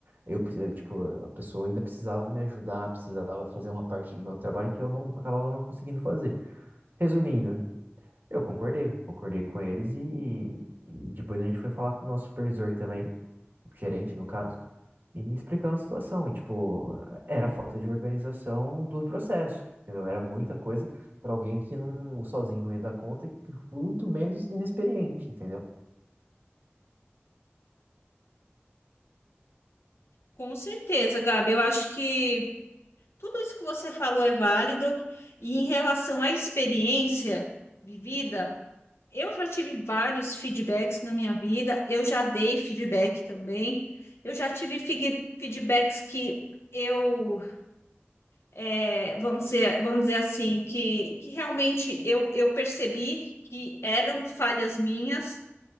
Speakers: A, on the right; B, on the left.
A: Eu, pre- eh, tipo, a pessoa ainda precisava me ajudar, precisava fazer uma parte do meu trabalho que eu não acabava não conseguindo fazer. Resumindo, eu concordei, concordei com eles e, e depois a gente foi falar com o nosso supervisor também, gerente no caso, e explicando a situação. E, tipo, era falta de organização do processo, entendeu? Era muita coisa para alguém que não sozinho não ia dar conta e muito menos inexperiente, entendeu?
B: com certeza, Gabi. Eu acho que Tudo isso que você falou é válido. E em relação à experiência vivida, eu já tive vários feedbacks na minha vida, eu já dei feedback também. Eu já tive fig- feedbacks que eu, é, vamos dizer, vamos dizer assim, que, que realmente eu, eu percebi que eram falhas minhas